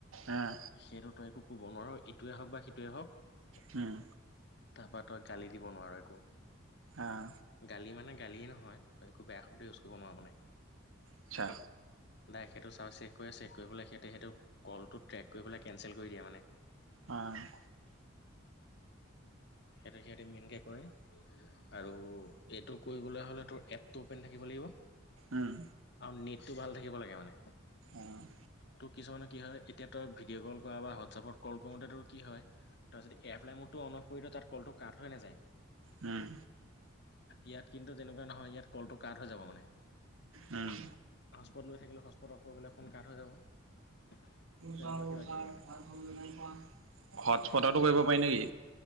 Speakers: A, on the right; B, on the left.
A: উম
B: সেইটো তই একো ক'ব নোৱাৰোঁ ইটোৱে হওক বা সিটোৱে হওক
A: হম
B: তাৰাপা তই গালি দিব নোৱাৰ একো
A: অঁ
B: গালি মানে গালিয়েই নহয় তই একো বেয়া শব্দ ইউজ কৰিব নোৱাৰ মানে
A: আ্ছা
B: ডাইৰেক্ট সেইটো চাওঁ চেক কৰি, চেক কৰি পেলাই সিহঁতে সেইটো, কলটো ট্ৰেক কৰি পেলাই, কেনঞ্চেল কৰি দিয়ে মানে।
A: অ'।
B: সেনেকে সিহঁতে মেইনকৈ কৰে, আৰু এইটো কৰিবলৈ হ'লে তোৰ এপটো অ'পেন থাকিব লাগিব,
A: উম
B: আৰু নেটটো ভাল থাকিব লাগে মানে।
A: অ'।
B: তোৰ কিছুমানৰ কি হ'য়, এতিয়া তই ভিডিঅ' কল কৰা বা হোৱাটছআপত কল কৰোতেতো কি হ'য় তই যদি এয়াৰলাই মডটো অন অফ কৰিলেওঁ, তাত কলটো কাট হৈ নাযায়।
A: হম
B: ইয়াত কিন্তু তেনেকুৱা নহয় ইয়াত কলটো কাাট হৈ যাব মানে
A: উম
B: হস্পট লৈ থাকিলে হস্পটৰওৰ গ'লে ফোন কাঠ হৈ যাব তেনেকুৱা
A: হটস্পটো
B: কিবা কিবি মানে
A: কৰিব পাৰি নেকি